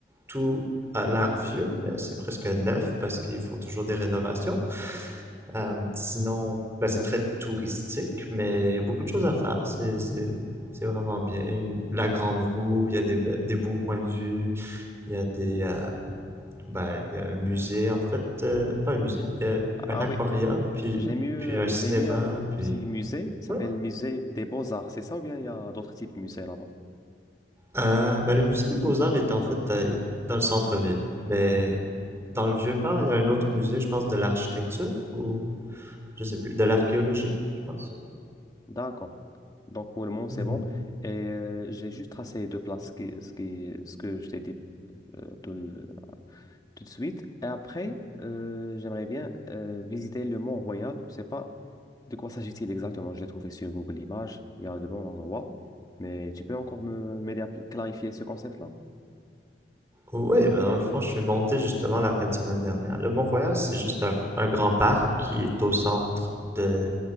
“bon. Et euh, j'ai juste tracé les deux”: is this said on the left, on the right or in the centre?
Left